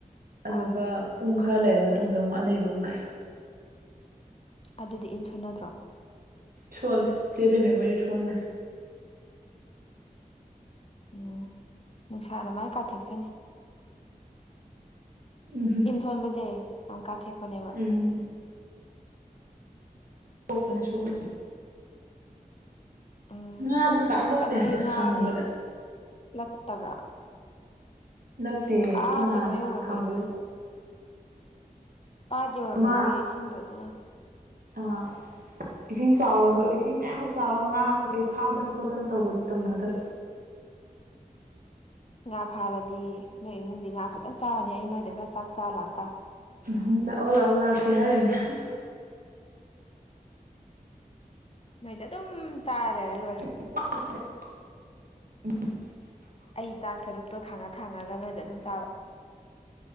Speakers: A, on the right; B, on the left.
A: ꯑꯗꯨꯒ
B: ꯑꯥ
A: ꯄꯨꯡ ꯈꯔ ꯂꯩꯔꯕ ꯃꯇꯨꯡꯗ ꯑꯃꯨꯛ ꯑꯅꯕ ꯑꯃꯨꯛ ꯂꯥꯛꯑꯦ
B: ꯑꯗꯨꯗꯤ ꯏꯟ ꯁꯣꯟꯅꯗ꯭ꯔꯣ
A: ꯁꯣꯂꯦ ꯆꯦꯕ ꯃꯦꯝ ꯃ ꯌꯁꯣꯟ
B: ꯎꯝ ꯅꯨꯡꯁꯥꯅ ꯃꯥꯏ ꯀꯥꯊꯦꯛꯆꯅꯤ
A: ꯎꯝ
B: ꯇꯟꯊꯣꯟꯕꯁꯦ ꯌꯥꯝ ꯀꯥꯊꯦꯛꯄꯅꯦꯕ
A: ꯎꯝ ꯁꯣꯛꯄꯅꯤ ꯁꯣꯛꯄꯅꯤ
B: ꯎꯝ
A: ꯉꯥꯗꯤ ꯄꯥꯛꯂꯛꯇꯦ
B: ꯑꯗꯨꯗꯤ
A: ꯍꯥꯏꯗꯤ
B: ꯉꯥꯗꯤ
A: ꯍꯪꯨꯕꯗ
B: ꯂꯛꯇꯕ꯭ꯔꯥ
A: ꯂꯛꯇꯦ
B: ꯑꯥ
A: ꯈꯣꯏ ꯅꯥꯟ
B: ꯀꯩꯅꯣ ꯌꯧꯔꯝꯃꯩꯔꯣꯏ
A: ꯍꯥꯡꯕ
B: ꯄꯥꯠ ꯌꯧꯔꯝꯃꯔꯣꯏꯌꯦ
A: ꯉꯥ
B: ꯏꯁꯤꯡꯗꯣ ꯑꯗꯨꯅ
A: ꯑꯥ꯫ ꯏꯁꯤꯡ ꯆꯥꯎꯔꯒ ꯏꯁꯤꯡ ꯃꯌꯥꯝꯒ ꯆꯥꯎꯔꯒ ꯉꯥ ꯀ ꯀꯩ ꯐꯥꯗꯅ ꯈꯣꯠꯇꯅ ꯇꯧꯕꯗꯤ ꯇꯧꯅꯗꯕ꯫
B: ꯉꯥ ꯐꯥꯔꯗꯤ ꯅꯣꯏ ꯏꯃꯨꯡꯗꯤ ꯉꯥ ꯐꯖꯅ ꯆꯥꯔꯅꯤ ꯑꯩ ꯅꯣꯏꯗ ꯈꯔ ꯆꯥꯛ ꯆꯥꯔ ꯂꯥꯛꯇꯥꯔꯦ꯫
A: ꯎ ꯂꯥꯛꯑꯥ ꯂꯥꯛꯑꫭ ꯂꯥꯛꯇꯦ꯫ <inaudible>
B: ꯅꯣꯏꯗ ꯑꯗꯨꯝ ꯆꯥꯔ ꯂꯩꯔ ꯂꯣꯏꯔꯦ꯫
A: <inaudible>
B: ꯑꯩ ꯆꯥꯛ ꯁꯔꯨꯛꯇꯣ ꯊꯥꯡꯉ ꯊꯥꯡꯉꯒ ꯅꯣꯏꯗ ꯑꯗꯨꯝ ꯆꯥꯕ꯫